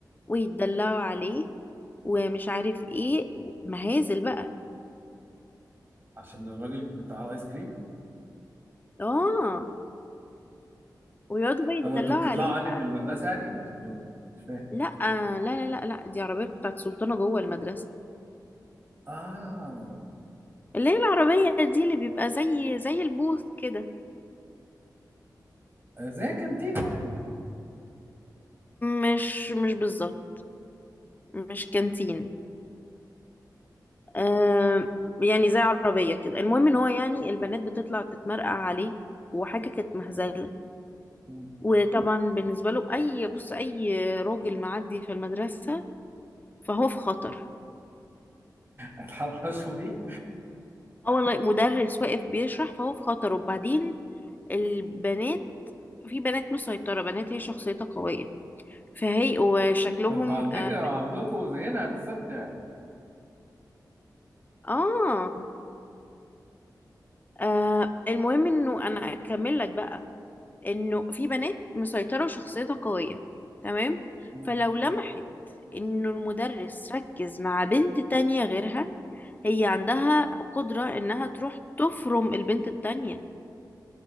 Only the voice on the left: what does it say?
ويتدلعوا عليه ومش عارف ايه مهازل بقى
اه ويقعدوا بقى يتدلعوا
عليه
بقى
لا لا لا لا لا دي عربية بتاعت سلطانة جوه المدرسة
اللي هي العربية دي اللي بيبقى زي زي البوث كده
مش مش بالظبط مش كانتين آه يعني زي عربية كده المهم ان هو يعني البنات بتطلع تتمرقع عليه وحاجة كانت مهزلة
وطبعا بالنسبة له أي بص أي راجل معدي في المدرسة فهو في خطر
اه والله مدرس واقف بيشرح فهو في خطر وبعدين البنات في بنات مسيطرة بنات هي شخصيتها قوية فهي وشكلهم
آه,
اه آه، المهم انه انا اكمل لك بقى انه في بنات مسيطرة وشخصيتها قوية تمام
فلو لمحت انه المدرس ركز مع بنت تانية غيرها هي عندها قدرة انها تروح تفرم البنت التانية